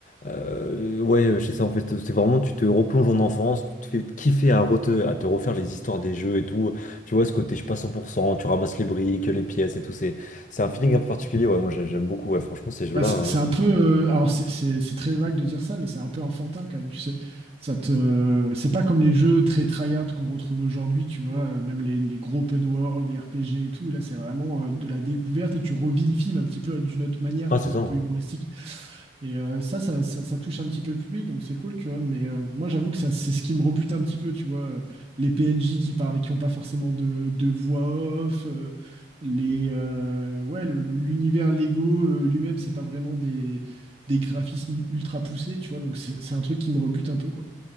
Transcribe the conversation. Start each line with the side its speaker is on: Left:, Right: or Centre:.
Left: euh, ouais, je sais ça en fait, c'est vraiment tu te replonges en enfance, tu te fais kiffer à, rete- à te refaire les histoires des jeux et tout. Tu vois ce côté, je suis pas 100%, tu ramasses les briques, les pièces et tout. C'est c'est un feeling
Right: Mm.
Left: un peu particulier. Ouais, moi, j'ai- j'aime beaucoup. Ouais, franchement, ces jeux-là.
Right: Bah, c'est
Left: hein.
Right: c'est un peu. euh, alors, c'est c'est- c'est très vague de dire ça, mais c'est un peu enfantin quand même, tu sais. Ça te, c'est pas comme les jeux très tryhard qu'on retrouve aujourd'hui, tu vois. euh, Même les, les gros open world, les RPG et tout. Là, c'est vraiment euh, de la découverte et tu revis le film un petit peu d'une autre manière,
Left: Ah,
Right: tu
Left: c'est
Right: vois,
Left: ça.
Right: un
Left: hein.
Right: peu humoristique. Et euh, ça, ça, ça- ça touche un petit peu le public, donc c'est cool, tu vois. Mais euh, moi, j'avoue que ça, c'est ce qui me rebute un petit peu, tu vois. euh, Les PNJ qui parlent, et qui n'ont pas forcément de, de voix off, euh, les, euh, ouais, le- le- l'univers Lego euh, lui-même, c'est pas vraiment des, des graphismes ultra poussés, tu vois. Donc c'est c'est un truc qui me rebute un peu, quoi.